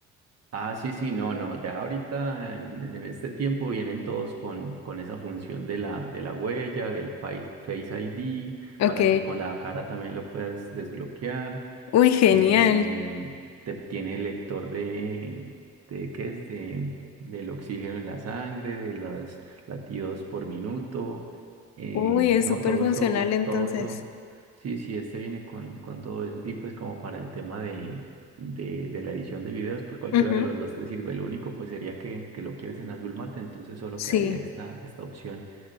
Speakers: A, on the right; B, on the left.
A: ah, sí, sí, no, no, ya ahorita en, en este tiempo vienen todos con, con esa función de la, de la huella, del Face, Face ID,
B: Ok.
A: para que con la cara también lo puedas desbloquear.
B: Uy, genial.
A: eh, te- tiene el lector de, de ¿qué es? De, del oxígeno en la sangre, de los latidos por minuto, eh,
B: Uy, es
A: no,
B: súper
A: todo
B: funcional
A: eso,
B: entonces.
A: todo eso, sí, sí, este viene con, con todo eso. Y pues como para el tema de, de, de la edición de videos, pues cualquiera
B: Ujú,
A: de los dos te sirve. Lo único pues sería que, que lo quieres en azul mate, entonces solo
B: Sí.
A: quedaría esta, esta opción.